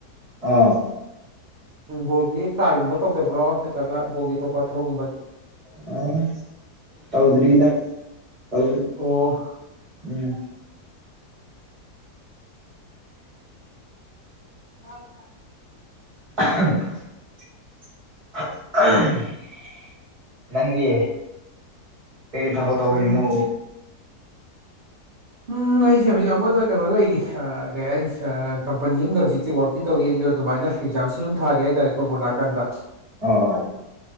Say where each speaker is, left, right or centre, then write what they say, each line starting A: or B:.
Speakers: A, on the right; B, on the right.
A: ꯑꯥ
B: ꯕꯣꯗꯤ ꯇ꯭ꯔꯥꯏꯒꯨꯝꯕ ꯇꯧꯗꯕ꯭ꯔꯣ ꯅꯠꯇ꯭ꯔꯒ ꯕꯣꯛꯒꯤ ꯑꯇꯣꯞꯄ ꯊꯕꯛꯒꯨꯝꯕ
A: ꯑ ꯇꯧꯗ꯭ꯔꯔꯤꯗ ꯍꯧꯁꯨ
B: ꯑꯣ
A: ꯎꯝ
B: ꯑ
A: <inaudible> ꯅꯪꯗꯤ ꯀꯩꯀꯩ ꯊꯕꯛ ꯇꯧꯕꯔꯤꯅꯣ
B: ꯎꯝ ꯎꯝ ꯑꯩꯁꯦ ꯍꯧꯖꯤꯛ ꯑꯃꯨꯛꯟꯅ ꯀꯩꯅꯣ ꯂꯩꯔꯤ ꯀꯩ ꯍꯥꯏꯅꯤ ꯀꯝꯄꯅꯤ ꯑꯝꯗ ꯍꯧꯖꯤꯛꯁꯦ ꯋꯥꯛ ꯇꯧꯔꯤ ꯑꯗꯨ ꯑꯗꯨꯃꯥꯏꯅ ꯑꯦꯛꯖꯥꯝꯁꯨ ꯑꯗꯨꯝ ꯊꯥꯔꯤ ꯍꯥꯏꯇꯥꯔꯦ ꯀꯣꯔꯣꯕꯣ ꯅꯥꯀꯟꯗ
A: ꯑꯣ